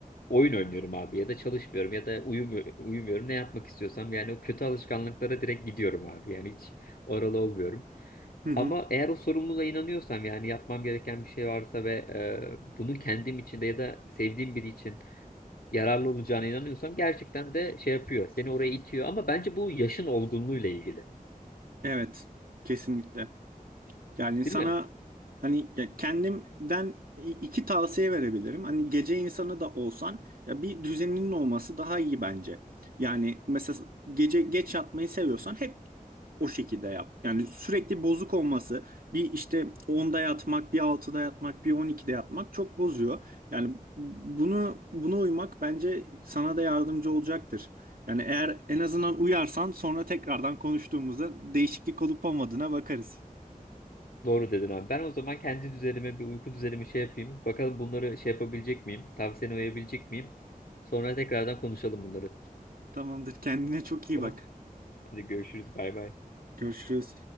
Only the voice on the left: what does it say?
oyun oynuyorum abi ya da çalışmıyorum ya da uyumuyor, uyumuyorum ne yapmak istiyorsam yani o kötü alışkanlıklara direkt gidiyorum abi. Yani hiç oralı olmuyorum.
Ama eğer o sorumluluğa inanıyorsam yani yapmam gereken bir şey varsa ve e, bunun kendim için de ya da sevdiğim biri için yararlı olacağına inanıyorsam gerçekten de şey yapıyor. Seni oraya itiyor ama bence bu yaşın olgunluğuyla ilgili.
Değil
mi?
Doğru dedin abi. Ben o zaman kendi düzenime bir uyku düzenimi şey yapayım. Bakalım bunları şey yapabilecek miyim? Tavsiyene uyabilecek miyim? Sonra tekrardan konuşalım bunları.
Tamam.
Hadi görüşürüz. Bay bay.